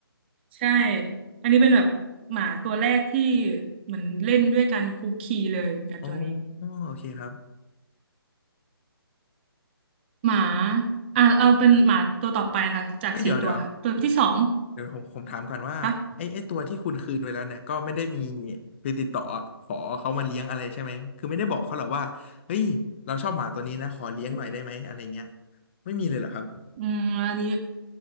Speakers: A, on the right; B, on the left.
A: ใช่อันนี้เป็นแบบหมาตัวแรกที่เหมือนเล่นด้วยกันคุกคีเลยไอบตัวนี้
B: อ๋อโอเคครับ
A: หมาอ่ะเอาเป็นหมาตัวต่อไปนะคะจากสี่ตัวตัวที่สอง
B: เอ้ยเดี๋ยวเดี๋ยวเดี๋ยวผมผมถามก่อนว่าไอ้ไอ้ตัวที่คุณคืนไปแล้วเนี่ยก็ไม่ได้มี
A: ค่ะ
B: ไปติดต่อขอเขามาเลี้ยงอะไรใช่ไหมคือไม่ได้บอกเขาหรอกว่าเฮ้ยเราชอบหมาตัวนี้นะขอเลี้ยงหน่อยได้ไหมอะไรเงี้ยไม่มีเลยเหรอครับ
A: อืมอันนี้